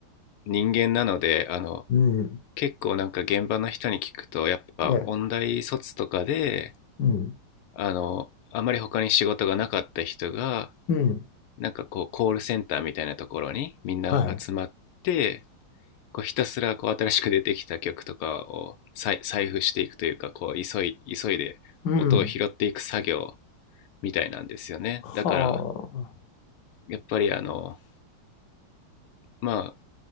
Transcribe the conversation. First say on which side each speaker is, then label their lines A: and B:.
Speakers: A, on the left; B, on the left.
A: 人間なので、あの、
B: うん。
A: 結構なんか現場の人に聞くと、やっぱ音大卒とかで、
B: ええ。うん。
A: あの、あまり他に仕事がなかった人が、
B: うん。
A: なんかこうコールセンターみたいなところにみんな集まって、
B: はい。
A: こうひたすらこう新しく出てきた曲とかを再採布していくというかこう急い急いで音を拾っていく作業
B: うん。
A: みたいなんですよねだから
B: はあ。
A: やっぱりあのまあ